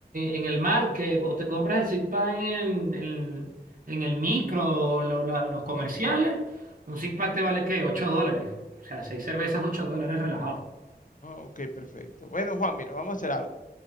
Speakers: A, on the right; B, on the left.
A: en el market o te compras el six pack en, en, en el micro, lo- la- los comerciales, un six pack te vale ¿qué? 8 dólares, o sea, seis cervezas, 8 dólares relajado.
B: Ah, ok, perfecto. Bueno, Juan, mira, vamos a hacer algo.